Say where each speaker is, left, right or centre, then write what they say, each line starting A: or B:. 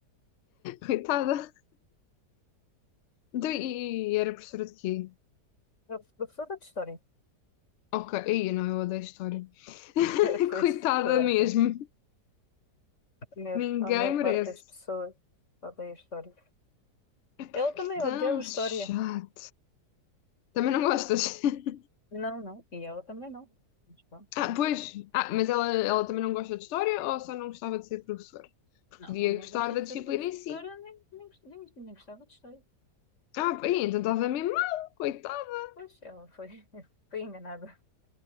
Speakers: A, on the left; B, on the left.
A: Coitada. Então, e era professora de quê?
B: eu fui professora de História.
A: Ok, aí não, eu odeio a história. <laughs>
B: <laughs> Foi
A: Coitada
B: isso, portanto,
A: mesmo.
B: meus-
A: Ninguém
B: a maior
A: merece.
B: parte das pessoas odeia História.
A: Epá,
B: Ela também
A: que tão
B: odiava História.
A: chato. Também não gostas? <laughs>
B: Não, não. E ela também não. Mas pronto.
A: Ah, pois. Ah, mas ela, ela também não gosta de história ou só não gostava de ser professora? Porque
B: Não,
A: podia
B: ela não
A: gostar
B: gosta
A: da
B: de
A: disciplina
B: ser professora,
A: em si.
B: nem, nem, gos- nem, nem gostava de História.
A: Ah, aí, então estava mesmo mal, coitada.
B: Pois, ela foi, <laughs> foi enganada.